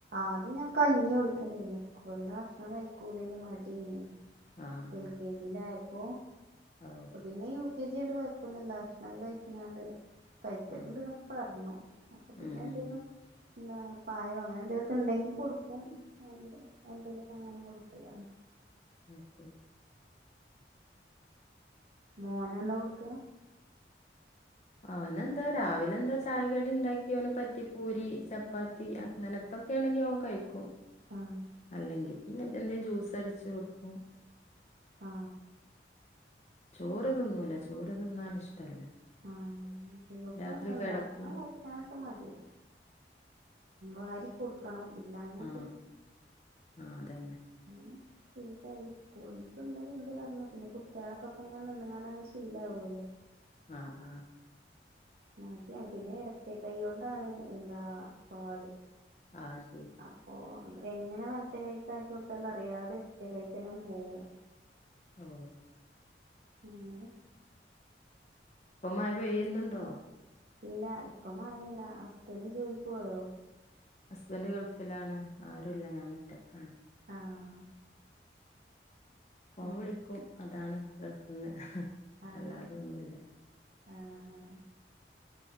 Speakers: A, on the right; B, on the left.
A: അത് ഞാൻ കഞ്ഞിയാ കൊടുക്കലയിന് <unintelligible> വക്ഷണം കഴിക്കൂ <unintelligible> മടിയെന്ന്
B: ആഹ്
A: എൽ കെ ജി ലായ അപ്പോ
B: ഓ
A: അ പിന്നയു കെ ജിയണ്ട് കുഴപ്പൊന്നില്ല ഭക്ഷ്ണൊക്കെ കഴിച്ച് ക്കാണ്ട് കഴക്കലിണ്ട്ന്നൊക്കെ
B: ആഹ്
A: പറഞ്ഞു പിന്നെന്തേലും
B: ഉം
A: എന്താ പായോ അങ്ങനെ എന്തേലൊക്കെ ഉണ്ടെങ്കി കൊടുക്കും ഉം എന്തെലൊക്കെ അങ്ങനെ സുഗാണ്
B: അ ശരി
A: മോനന്താ കൊടുക്കാ
B: അവനെന്താ രാവിലെ എന്താ ചായക്കടി ഉണ്ടാക്കിയ ഓന് പറ്റി പൂരി ചപ്പാത്തി അങ്ങനത്തൊക്കെ ആണെങ്കി ഓൻ കഴി ക്കും
A: ആഹ്
B: അല്ലെങ്കിൽ പിന്നെ എന്തേ ജ്യൂസ് അടിച്ചു കൊടുക്കും
A: ആ
B: ചോറ് തിന്നൂല ചോറ് തിന്നാൻ ഇഷ്ടല്ല
A: ആ ഇവക്കും
B: രാത്രി
A: അങ്ങനെത്തന്നെഭക്ഷണം
B: കിടക്കും
A: കഴിക്കാനൊക്കെ മടിയാ വാരിക്കെ കൊടുക്കണം ഇല്ലാഞ്ഞാ
B: ആ ആ അതന്നെ
A: ഉം <unintelligible> സ്കൂൾന്ന് തിന്നല്ണ്ട്ന്ന് പറഞ്ഞ് പിന്നെ കുട്ട്യാളൊപ്പക്കെ ഇങ്ങനെ നിന്ന കണ്ടങ്ങനെ ശീലാവല്ലോ
B: ആ ആ ആ
A: മതി അതിനെ ഇടത്തെ കൈ കൊണ്ടാണ് എന്താ പാട്
B: ആഹ ശരി
A: അപ്പൊ എങ്ങനെ വലത്തെ കൈക്ക ആക്കി യൊട് <unintelligible> അറിയാതെ ഇടത്തേ കഴിക്കെന്നെ പോവും
B: ഓ
A: അങ്ങനെ
B: ഇപ്പ മഴപെയ്യുന്നുണ്ടോ
A: ഇല്ല ഇപ്പ മഴ ഇല്ല ഹസ്ബന്റ് ജോലിക്ക് പോയോ
B: ഹസ്ബൻഡ് ഗൾഫിലാണ് ആരുല്ല ഞാൻ ഒറ്റക്കാണ്
A: ആഹ്
B: ഫോൺ
A: ഉം
B: വിളിക്കും അതാണ് <unintelligible> പിന്നെ
A: ആഹ്
B: അല്ലാതൊന്നുല്ല
A: ആഹ്